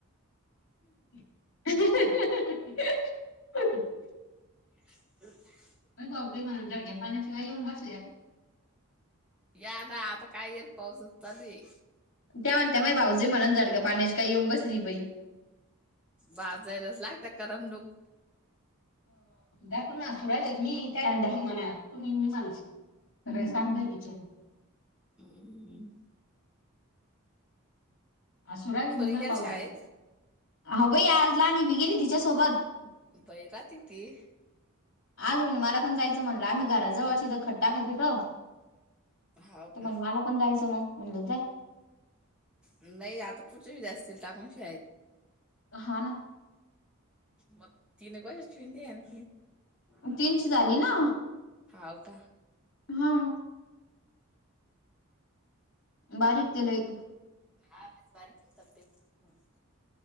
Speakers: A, on the left; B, in the centre.
A: हि हि ह ह ह <inaudible>
B: हशी
A: अ ब्याब झाल्या पाण्याची काय येऊन बसल्यास
B: या आता आता काय येर पाऊसच चालू हाये
A: त्या म्हण त्या मै भाऊजे म्हणून जड ग्या पाण्या काय येऊन बसली बाई
B: बाजारलाच लागता करमणूक
A: दाखव ना असू राहिले तुम्ही का म्हणा तुम्ही म्ह माणसा <unintelligible> रेशम देवीचे
B: हम्
A: ह सुराज
B: पोरी
A: मी मा
B: गेल्या
A: पा
B: शाळेत
A: हो भाई आजला आणि मी गेली तिच्यासोबत <unintelligible>
B: बाै राात ती <unintelligible>
A: आज म्हण मला पण जायचं म्हणलं आम्ही घराजवळचीथं खट्टा खाचोत.
B: हाव
A: ते म्हणल
B: का
A: मला पण जायचंन मग म्हणलंच जा <unintelligible>
B: नाही आता पुढच्या वेळी जास्त येईल <unintelligible> आहेत
A: हा ना.
B: म तिने काये चुन्डे आणती. <unintelligible>
A: तीनची झाली ना आ.
B: हाव का.
A: हा. बारीक केलोय.
B: आधीच बारीक हाय तब्बेत.